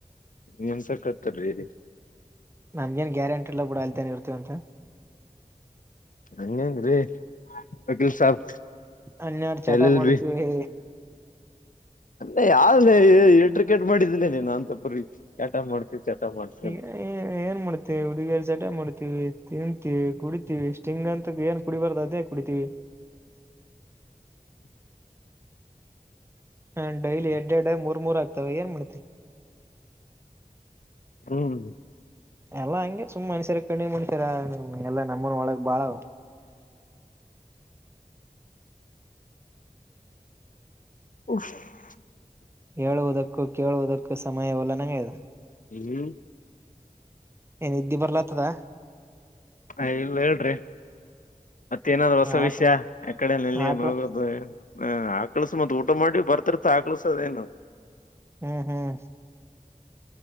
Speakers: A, on the left; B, on the right.
A: ನೀನ್ಸಕತ್ತರಿ
B: ನಮಗೇನ್ ಗ್ಯಾರಂಟಿಲ್ಲ ಬಿಡ ಅಲ್ದೇನ್ ಇರ್ತೀವಂತ..
A: ಹಂಗ ಹೆಂಗ್ರೀ <inaudible> ವಕೀಲ್ ಸಾಬ್.
B: ಹನ್ಯಾಡ ಚಟ
A: ಎಲ್ ಎಲ್
B: ಮಾಡತಿವಿ...
A: ಎ ಯಾವ ಎಟ್ರಕೆಟ್ ಮಾಡಿದಿಲ್ಲ ನೀನ ಅಂತ ಪರಿ ಚಟ ಮಾಡ್ತಿ ಚಟ ಮಾಡ್ತಿ
B: ಎ
A: ಅಂತ
B: ಏನ್ ಮಾಡ್ತಿವಿ ಹುಡುಗಿಯರ್ ಚಟ ಮಾಡ್ತೀವಿ. ತಿಂತೀವಿ ಕುಡಿತೀವಿ ಸ್ಟಿಂಗ್ ಅಂತ ಏನ್ ಕುಡಿಬಾರ್ದು ಅದೇ ಕುಡಿತೀವಿ.
A: <inaudible>
B: <inaudible> ಹ ಡೈಲಿ ಯಟ್ಟ ಟೈಮ ಮೂರ ಮೂರ ಆಗ್ತಾವ ಏನ್ ಮಾಡ್ತಿ
A: ಹ್ಮ್
B: ಎಲ್ಲಾ ಹಂಗೆ ಸುಮ್ಮ ಮನ್ಸ್ಯ ಕಣ್ಮೆ ಮಾಡ್ಸರ ಎಲ್ಲ ನಮ್ಮನ್ ಒಳಗ್ ಬಾಳ ಅವ
A: <inaudible>
B: ಹೇಳುವುದಕ್ಕೂ ಕೇಳುವುದಕ್ಕೂ ಸಮಯವಲ್ಲ ಅನ್ನಂಗ ಆಗೆದ.
A: ಹ್ಮ್
B: ಏ ಇದ್ದಿ ಬರ್ಲಾತ್ತದ...
A: ಹ ಇಲ್ಲ ಹೇಳ್ರಿ. ಮತ್ತೇಏನಾದ್ರು ಹೊಸ
B: ಆಕ
A: ವಿಷಯ ಯಕಡೆ ನಲ್ಲಿಗನ
B: ಆಕಳ
A: ಹೋಗೋದು <inaudible> ಹ ಆಕಳಸ ಮತ್ತ ಊಟ ಮಾಡಿ ಬರ್ತಿರ್ತದ ಆಕಸದೇ ಏನ
B: ಹ್ಮ್ ಹ್ಮ್